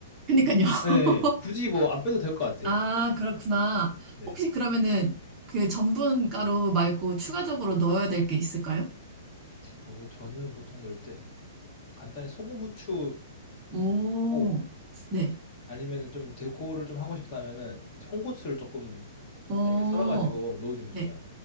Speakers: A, on the right; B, on the left.
A: 그니까요. <laughs>
B: 네, 굳이 뭐 안 빼도 될 것 같아요.
A: 아, 그렇구나.
B: 네.
A: 혹시 그러면은 그 전분 가루 말고 추가적으로 넣어야 될 게 있을까요?
B: 어, 저는 보통 넣을 때 간단히 소금 후추
A: 오.
B: 정도고
A: 네.
B: 아니면은 좀 데코를 좀 하고 싶다면은 이제 홍고추를 조금
A: 오.
B: 얇게 썰어가지고 넣어주면
A: 네.
B: 좋아요.